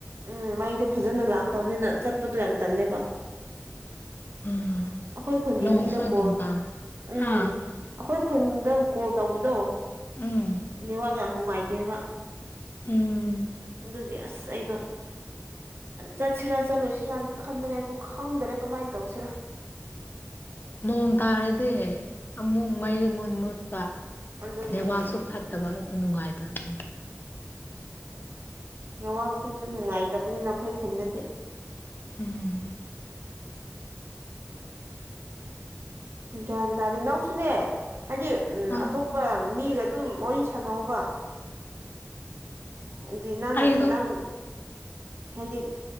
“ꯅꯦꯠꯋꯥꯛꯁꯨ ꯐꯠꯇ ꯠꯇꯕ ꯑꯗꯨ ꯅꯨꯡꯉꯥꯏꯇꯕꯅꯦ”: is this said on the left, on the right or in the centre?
Left